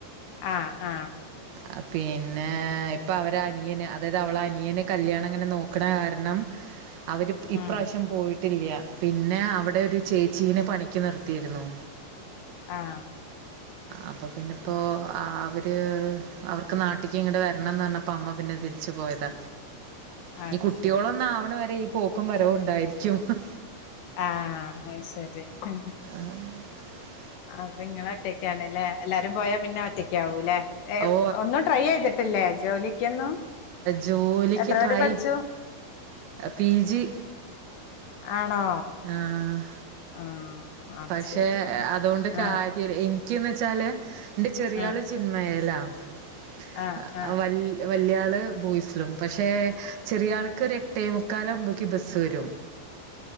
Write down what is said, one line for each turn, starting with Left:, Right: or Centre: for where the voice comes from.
Left: ആഹ് ആഹ്
Right: ആ പിന്നെ ഇപ്പ അവര് അനിയന് അതായത് അവള അനിയനെ കല്യാണം അങ്ങനെ നോക്കണ കാരണം അവര് ഇപ്രാവശ്യം
Left: ഉം
Right: പോയിട്ടില്ല പിന്നെ അവിടെ ഒരു ചേച്ചീനെ പണി ക്ക് നിർത്തിയിരുന്നു
Left: ആഹ്
Right: അപ്പ പിന്നെ ഇപ്പോ അവര് അവർക്ക് നാട്ടിക്ക് ഇങ്ങട് വരണം എന്ന് പറഞ്ഞപ്പ അമ്മ പിന്നെ തിരിച്ചു പോയതാ
Left: അത്
Right: ഈ കുട്ടിയോള്
Left: ശരി
Right: ഒന്ന് ആവണ വരെ ഈ പോക്കും വരവും ഉണ്ടായിരിക്കും ഉം
Left: ആഹ് അയ് ശരി ഉം ഉം
Right: ആഹ്
Left: അപ്പൊ ങ്ങള് ഒറ്റക്കാണ്ല്ലേ എല്ലാരും പോയാ പിന്നെ ഒറ്റക്കാവുലെ
Right: ഓ
Left: ഒന്നു ട്രൈ ചെയ്തിട്ടില്ലേ ജോലിക്കൊന്നും
Right: ജോലിക്ക്
Left: എത്ര
Right: ട്രൈ
Left: വരെ പഠിച്ചു
Right: പി ജി
Left: ആണോ
Right: ആഹ്
Left: ആ അത്
Right: പക്ഷേ
Left: ശരി
Right: അതുകൊണ്ട് കാര്യ
Left: ആ
Right: എനക്ക്ന്ന് വെച്ചാല് എന്റെ ചെറിയാള്
Left: ആ
Right: <unintelligible>
Left: ആ ആ
Right: വലിയ വലിയാൾ ബോയ്സിലും പക്ഷേ ചെറിയ ആൾക് ഒരു എട്ടേമുക്കാൽ ആവുമ്പോക്ക് ബസ്സ് വരും
Left: <inaudible>